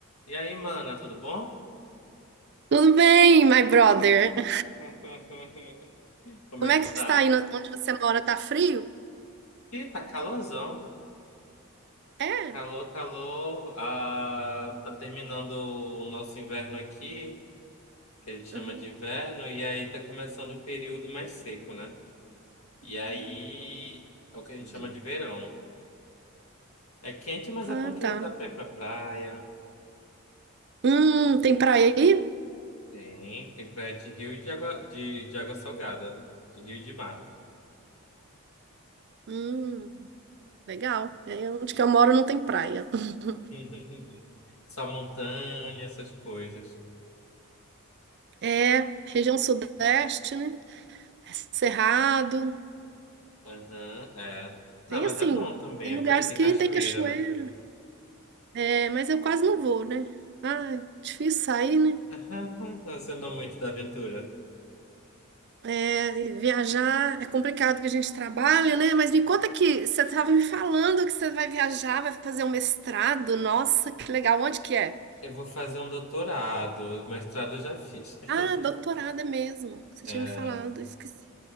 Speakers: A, on the left; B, on the right.
A: E aí, mana, tudo bom?
B: Tudo bem, my brother? <laughs>
A: <laughs> Como
B: Como
A: é que
B: é que
A: tá?
B: está aí? no- Onde você mora? Tá frio?
A: Ih, tá calorzão.
B: É?
A: Calor, calor. Ah, tá terminando o nosso inverno aqui, que a gente chama
B: Uhum.
A: de inverno, e aí tá começando o período mais seco, né? E aí é o que a gente
B: Entendi.
A: chama de verão. É quente, mas
B: Ah,
A: é bom que
B: tá.
A: dá pra ir pra praia.
B: Hum, tem praia aí?
A: Tem, tem praia de rio e de água, de, de água salgada, de rio e de mar.
B: Hum, legal. É, onde que eu moro não tem praia. <laughs>
A: <laughs> Só montanha, essas coisas.
B: É, região sudeste, né? É Cerrado.
A: Uhum, é. Não,
B: Tem
A: mas
B: assim,
A: é bom também,
B: tem
A: é
B: lugares
A: bonito, tem
B: que
A: cachoeira,
B: tem cachoeira.
A: né?
B: né? É, mas eu quase não vou, né? Ah, difícil sair, né?
A: <laughs> Você não é muito da aventura.
B: É, e viajar é complicado que a gente trabalha, né? Mas me conta que você estava me falando que você vai viajar, vai fazer um mestrado. Nossa, que legal. Onde que é?
A: Eu vou fazer um doutorado, mestrado eu já fiz.
B: Ah,
A: <laughs>
B: doutorado é mesmo. Você
A: É,
B: tinha me falado, eu esqueci.